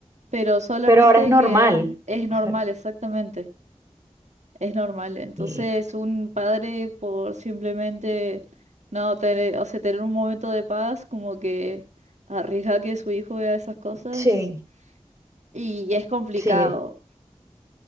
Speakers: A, on the right; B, on the right.
A: pero solamente
B: Pero ahora es normal.
A: que es normal,
B: <laughs>
A: exactamente, es normal. Entonces,
B: Y,
A: un padre por simplemente no tener, o sea, tener un momento de paz, como que arriesga que su hijo vea esas cosas
B: sí,
A: y es complicado,
B: sí.